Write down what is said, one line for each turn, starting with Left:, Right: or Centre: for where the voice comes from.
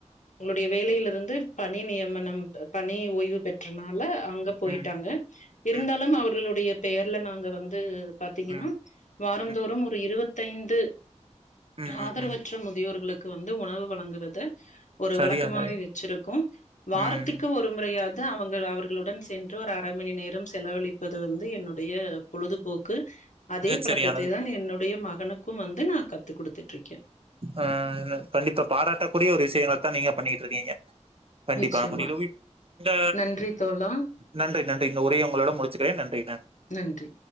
Left: ளுடைய வேலையிலிருந்து <unintelligible> பணி நியமனம்றது பணி ஓய்வு பெற்றனால அங்க போயிட்டாங்க
Right: ம்
Left: இருந்தாலும்
Right: ம்
Left: அவர்களுடைய பெயர்ல நாங்க வந்து பாத்தீங்கன்னா
Right: ம்
Left: வாரந்தோறும்
Right: ம்
Left: ஒரு இருவ த்தைந்து
Right: ம்
Left: ஆதரவற்ற
Right: ம் ம்
Left: முதியோர்களுக் க்கு வந்து உணவு வழங்குவது ஒரு
Right: சரியா
Left: வழக்கமாவே
Right: சரியா
Left: வச்சிருக்கொ வாரத்துக்கு
Right: ம்
Left: ஒரு முறையா து அவங்கள் அவர் களுடன் சென்று ஒரு அ ரை மணி நேரம் செலவழிப்பது வந்து என்னுடைய பொழுதுபோக்கு அதே
Right: மிகச்
Left: பழக்கத்தை
Right: சரியானது
Left: தா என்னுடைய ம கனுக்கு வந்து நா கத்து குடுத்துட்ருக்கே
Right: ஆ ன கண்டிப்பா பாராட்டக்கூடிய ஒரு விஷயங்களத்தா நீங்க பண்ணிகிட்ருக்கீங்க கண்டிப்பா
Left: நிச்சயமா
Right: அப்ப நிறுவி த
Left: நன்றி தோழா
Right: நன்றி நன்றி இந்த உரைய உங்களிடம் முடுச்சக்கிறேன் நன்றி
Left: நன்றி